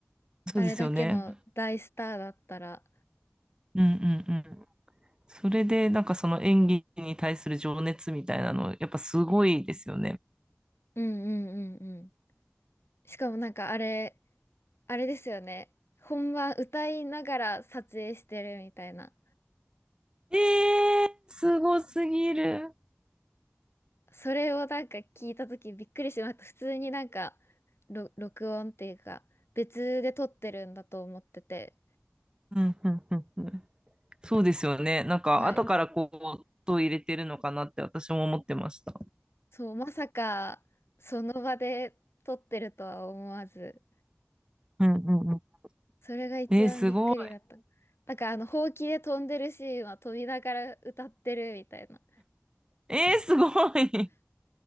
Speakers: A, on the right; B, on the left.
A: そうですよね。
B: あれだけの大スターだったら。
A: うんうんうん。それで、なんかその演技に対する情熱みたいなの、やっぱすごいですよね。
B: うんうんうんうん。しかもなんかあれ、あれですよね。本番歌いながら撮影してるみたいな。
A: えー、すごすぎる。
B: それをなんか聞いた時びっくりしました。普通になんか、ろ録音っていうか、別で撮ってるんだと思ってて。
A: うんうんうんうん。そうですよね。なんか、
B: はい。
A: 後からこう、音を入れてるのかなって私も思ってました。
B: そう、まさか、その場で撮ってるとは思わず。
A: うんうん
B: それが一番びっくりだった。
A: えー、すごい。
B: なんかあの、ほうきで飛んでるシーンは飛びながら歌ってるみたいな。
A: えー、すごい。